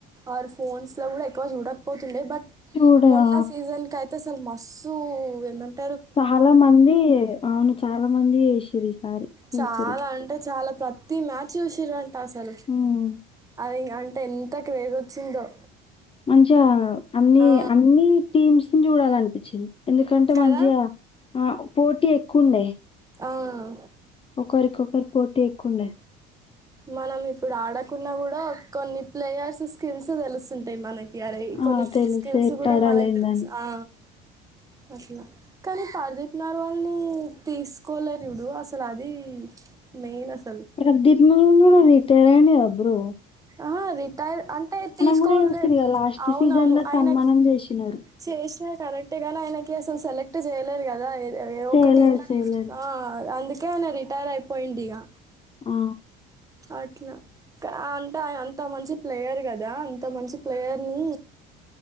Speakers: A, on the right; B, on the left.
A: ఆర్ ఫోన్స్లో కూడా ఎక్కువ చూడకపోతుండే బట్
B: చూడు
A: మోన్నా
B: ఆ!
A: సీజన్ క సలు మస్సుూ ఏమంత
B: చాలా మంది అవును చాలా మంది ఈసారి చూసిరు
A: చాలా అంటే చాలా ప్రతి మ్యాచ్ చూసంరెంత అట్టసలు
B: ఉమ్
A: అదీంగా అంటే ఎంత క్రేజ్ వచ్చిందో
B: మంచిగా అన్ని
A: ఆ,
B: అన్ని టీమ్స్ చూడాలనిపించింది ఎందుకంటే
A: కదా
B: మంచిగా ఆ పోటీ ఎక్కువుండే
A: ఆ.
B: ఒకరికొకరు పోటీ కుండే
A: మనం ఇప్పుడు ఆడకున్నా కూడా కొన్ని ప్లేయర్స్ స్కిల్స్ తెలుస్తుంటాయి మనకి రే కొన్ని
B: ఆ తెలుసు
A: స్కిల్స్
B: ఎట్లాడాలి
A: కూడా మనకు
B: ఏందని
A: తెలుసు ఆ అట్ల కానీ పర్దీప్ నెర్వాల్ నీ తీసుకోలే చూడు అసలు అది మెయిన్ అసలు
B: ప్రదీప్ ను ను రిటైర్ అయ్యిండు కదా అప్పుడు
A: ఆ రిటైర్ అంటే తీసుకోలే
B: గూడా చేసిర్రు గదా! లాస్ట్
A: అవునవును
B: సీజన్‌లో
A: ఆయన
B: సన్మానం జేషినారు.
A: చేసినా కరెక్టే కాని ఆయన అసలు సెలెక్ట్ చేయలేరు కదా
B: చేయలేరు.
A: ఒక టీమ్ లో
B: చేయలేరు.
A: ఆ అందుక ఎన రిటైర్ అయిపొయిండిగా
B: ఆ
A: అట్ల అంటే అంత మంచి ప్లేయర్ కదా అంత మంచి ప్లేయర్ని